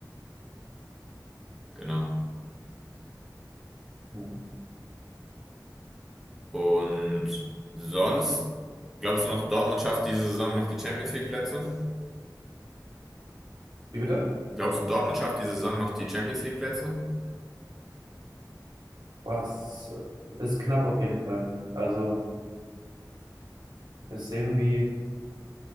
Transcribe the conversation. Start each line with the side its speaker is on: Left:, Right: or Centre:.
Centre: genau.
Right: Ja.
Centre: Und sonst, glaubst du noch, Dortmund schafft diese Saison noch die Champions League Plätze?
Right: Wie bitte?
Centre: Glaubst du, Dortmund schafft diese Saison noch die Champions League Plätze?
Right: Boah, es ist knapp auf jeden Fall. Also ist irgendwie